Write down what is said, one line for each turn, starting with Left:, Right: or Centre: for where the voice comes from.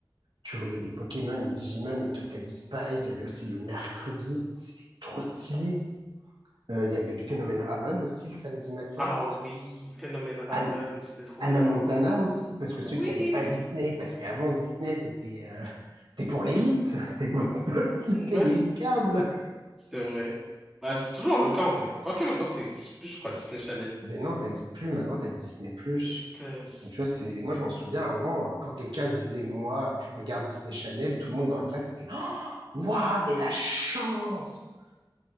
Right: Tu voyais les Pokémon, les Digimon, les Totally Spies. Il y avait aussi le mercredi. C'était trop stylé. Euh, il y avait le phénomène Raven aussi le samedi matin.
Centre: Ah oui, Phénomène Raven,
Right: Anne-
Centre: c'était trop
Right: Anna
Centre: bien.
Right: Montana aussi, parce que ceux
Centre: Oui!
Right: qui n'avaient pas Disney, parce qu'avant Disney, c'était euh, c'était pour l'élite, <laughs> c'était pour ceux qui
Centre: Ouais,
Right: payaient
Centre: c-
Right: le câble.
Centre: c'est vrai. Bah, c'est toujours le cas en vrai. Quoique maintenant, ça existe plus, je crois, Disney Channel.
Right: Mais non, ça n'existe plus, maintenant tu as Disney+. plus.
Centre: Tristesse.
Right: Donc, tu vois, c'est... Moi, je m'en souviens avant, euh, quand quelqu'un disait, moi, je regarde Disney Channel, tout le monde dans la classe était, Oh, waouh, mais la chance!